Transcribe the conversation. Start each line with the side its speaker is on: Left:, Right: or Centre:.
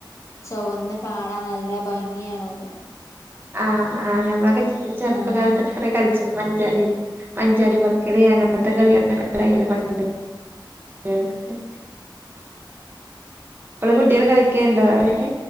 Left: ചൊവന്ന് കാണാ നല്ല ഭംഗിയാണ് അത്
Right: ആഹ ആഹ് ഞമ്മളൊക്കെ ഈ ചെറുപ്പകാലത്ത്ഒക്കെ
Left: ആഹ്
Right: കുറേ കളിച്ചു മ മഞ്ചാടി പറിക്കല് അങ്ങനത്തെ കളികളക്കെണ്ടായില്ലേ പണ്ട് <unintelligible> ഇപ്പഴും കുട്ടികൾ കളിക്കാണ്ടോ അവിടൊക്കെ